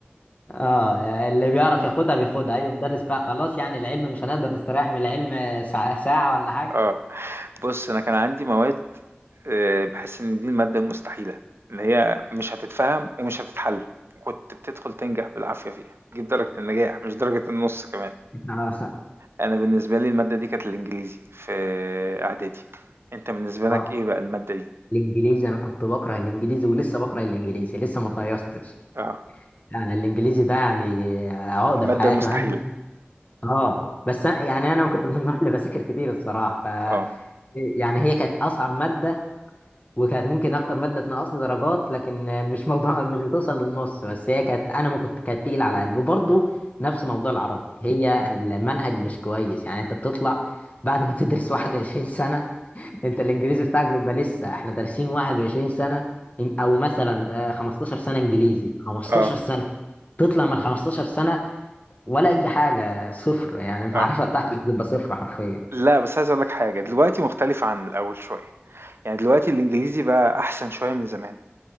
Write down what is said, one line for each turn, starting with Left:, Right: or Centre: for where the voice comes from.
Left: اه يعني اللي بيعرف ياخدها بياخدها اي مدرس بقى خلاص يعني العلم مش هنقدر نستريح من العلم ساعة, ساعة ولا حاجة
Right: اه بص أنا كان عندي مواد آه، بحس إن دي المادة المستحيلة اللي هي مش هتتفهم ومش هتتحل كنت بتدخل تنجح بالعافية فيها تجيب درجة النجاح مش درجة النص كمان
Left: <laughs> اه
Right: أنا بالنسبة لي المادة دي كانت الإنجليزي في إعدادي أنت بالنسبة لك
Left: آه،
Right: إيه بقى المادة دي؟
Left: الانجليزي انا كنت بكره الانجليزي ولسه بكره الانجليزي لسه ما اتغيرتش
Right: اه
Left: يعني الانجليزي ده يعني عقده
Right: المادة
Left: في حياتي
Right: المستحيلة
Left: مع إني- اه بس أنا- يعني انا كنت من النوع اللي بذاكر كتير الصراحه ف
Right: اه
Left: يعني هي كانت اصعب ماده وكانت ممكن اكتر ماده تنقصني درجات لكن مش موضوع <laughs> مش بتوصل للنص بس هي كانت انا ما كنت كانت تقيله على قلبي وبرضه نفس موضوع العربي هي المنهج مش كويس يعني انت بتطلع بعد ما تدرس 21 سنه انت الانجليزي بتاعك بيبقى لسه احنا دارسين 21 سنه إن- او مثلا آه، 15 سنه انجليزي 15
Right: اه
Left: سنه تطلع من 15 سنه ولا اي حاجه صفر يعني المعرفه
Right: اه
Left: بتاعتك بتبقى صفر حرفيا
Right: لا بس عايز اقول لك حاجه دلوقتي مختلف عن الاول شويه يعني دلوقتي الانجليزي بقى احسن شويه من زمان